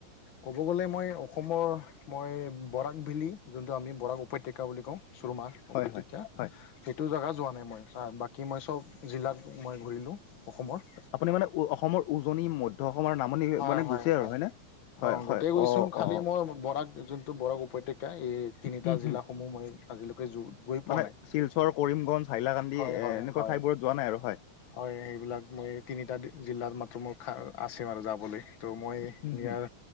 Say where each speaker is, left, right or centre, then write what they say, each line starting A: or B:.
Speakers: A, on the left; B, on the left.
A: ক'ব গ'লে মই অসমৰ মই বৰাক ভেলী যোনটো আমি বৰাক উপত্যকা বুলি কওঁ চুুৰমাহ
B: হয়
A: উপত্যকা
B: হয় হয়
A: সেইটো জাগা যোৱা নাই মই, বাকী মই সৱ জিলাত মই ঘূৰিলো অসমৰ।
B: আপুনি মানে অসমৰ উজনি, মধ্য অসমৰ, নামনি
A: হয়
B: মানে
A: হয়
B: গৈছে আৰু
A: হয়
B: হয়নে? হয়
A: অ'
B: হয়
A: গোটেই গৈছুঙ
B: অ
A: খালি
B: অ
A: মই বৰাক যোনটো বৰাক উপত্যকা এই তিনিটা
B: হুম
A: জিলা
B: হুম
A: সমূহ মই আজিলৈকে যো গৈ পোৱা
B: মানে
A: নাই,
B: শিলচৰ কৰিমগঞ্জ হাইলাকান্দি
A: হয়
B: এ
A: হয়
B: এনেকুৱা
A: হয়।
B: ঠাইবোৰত যোৱা নাই আৰু হয়
A: হয় সেইবিলাক মই তিনিটা জিলাত মাথু মোৰ খাৰ আছে আৰু যাবলে। ত' মই
B: হুম
A: নিয়াৰ
B: হুম